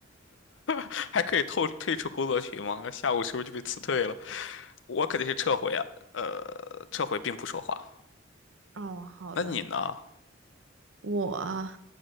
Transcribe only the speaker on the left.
<laughs> 还可以透退出工作群吗？那下午是不是就被辞退了？我肯定是撤回啊，呃，撤回并不说话。
那你呢？